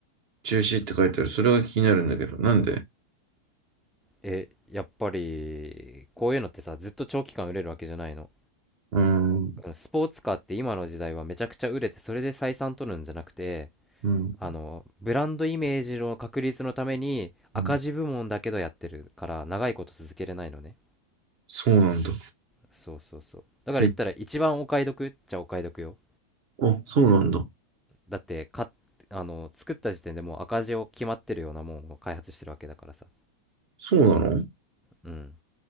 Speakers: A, on the right (about 45°); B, in the centre.
A: 中止って書いてある。それが気になるんだけど、なんで
B: え、やっぱり、こういうのってさ、ずっと長期間売れるわけじゃないの。
A: うーん、
B: あのスポーツカーって今の時代はめちゃくちゃ売れて、それで採算取るんじゃなくて、
A: うん、
B: あの、ブランドイメージの確立のために、赤字部門だけどやってるから、
A: うん。
B: 長いこと続けれないのね。
A: そうなんだ。
B: そうそうそう。だから言ったら、
A: へ、
B: 一番お買い得っちゃお買い得よ。
A: あ、そうなんだ。
B: だってかあの作った時点でもう赤字を決まってるようなもんを開発してるわけだからさ
A: そうなのう
B: うん